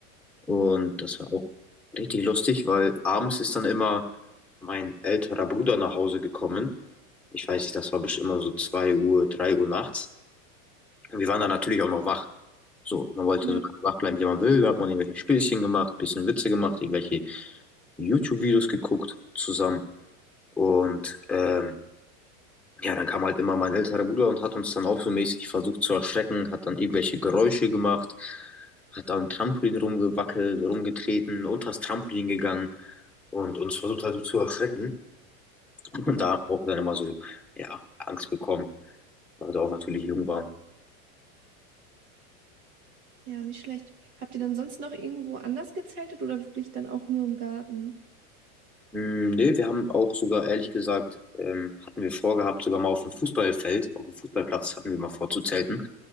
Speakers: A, in the centre; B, on the right.
A: Und das war auch richtig lustig, weil abends ist dann immer mein älterer Bruder nach Hause gekommen. Ich weiß nicht, das war bestimmt immer so 2 Uhr, 3 Uhr nachts. Und wir waren dann natürlich auch noch wach. So, man wollte
B: Ja,
A: so lange wach bleiben, wie man will. Da hat man irgendwelche Spielchen gemacht, bisschen Witze gemacht, irgendwelche YouTube-Videos geguckt zusammen. Und ähm, Ja, dann kam halt immer mein älterer Bruder und hat uns dann auch so mäßig versucht zu erschrecken, hat dann irgendwelche Geräusche gemacht, hat am Trampolin rumgewackelt, rumgetreten, unter das Trampolin gegangen und uns versucht halt so zu erschrecken. Und da haben wir auch dann immer so, ja, Angst bekommen, weil wir auch natürlich jung waren.
B: ja, nicht schlecht. Habt ihr dann sonst noch irgendwo anders gezeltet oder wirklich dann auch nur im Garten?
A: Hm, nee, wir haben auch sogar, ehrlich gesagt, ähm, hatten wir vorgehabt, sogar mal auf dem Fußballfeld, auf dem Fußballplatz hatten wir mal vorzuzelten,